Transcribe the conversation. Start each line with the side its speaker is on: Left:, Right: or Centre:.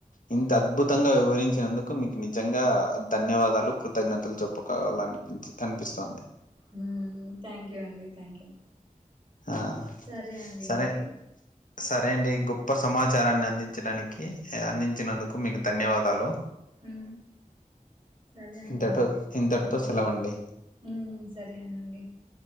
Left: ఇంత అద్భుతంగా వివరించినందుకు మీకు నిజంగా ధన్యవాదాలు కృతజ్ఞతలు చె ప్పుకోవాలి అనిపించి అనిపిస్తోంది
Right: ఉమ్ థ్యాంక్ యూ అండి థ్యాంక్ యూ
Left: ఆ
Right: సరే అండి
Left: సరే
Right: మరి
Left: సరే అండి గొప్ప సమాచారాన్ని అందించడానికి అందించినందుకు మీకు ధన్యవాదాలు
Right: ఊ సరే అండి
Left: ఇంతటితో
Right: మరి
Left: ఇంతటితో
Right: ఊ
Left: సెలవండి
Right: ఊ సరే అండి